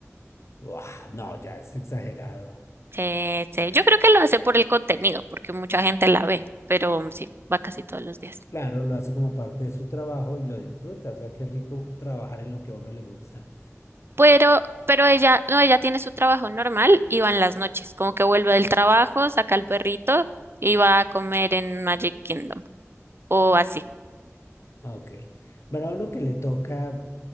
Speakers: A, on the left; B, on the right.
A: Uah, no, ya es exagerado.
B: Sí, sí. Yo creo que lo hace por el contenido, porque mucha gente la ve, pero sí, va casi todos los días.
A: Claro, lo hace como parte de su trabajo y lo disfruta. O sea, qué rico trabajar en lo que a uno le gusta.
B: Pero, pero ella, no, ella tiene su trabajo normal y va en las noches, como que vuelve del trabajo, saca al perrito y va a comer en Magic Kingdom o así.
A: Ok. Bueno, a uno que le toca